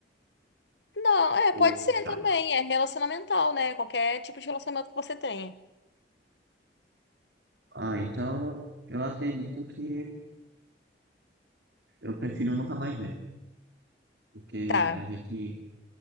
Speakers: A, on the left (about 75°); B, on the right (about 70°).
A: Não, é,
B: ou
A: pode ser
B: geral.
A: também. É relacionamental, né? Qualquer tipo de relacionamento que você tenha.
B: Ah, então eu acredito que eu prefiro nunca mais ver. Porque
A: Tá.
B: a gente.